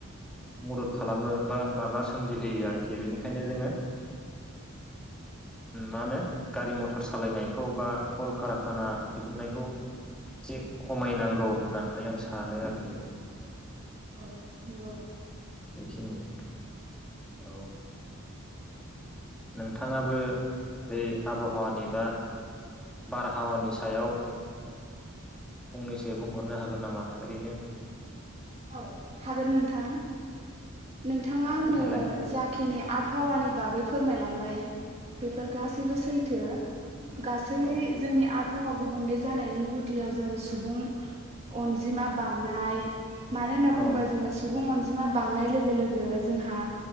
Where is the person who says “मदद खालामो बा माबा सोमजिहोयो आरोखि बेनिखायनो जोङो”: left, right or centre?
Centre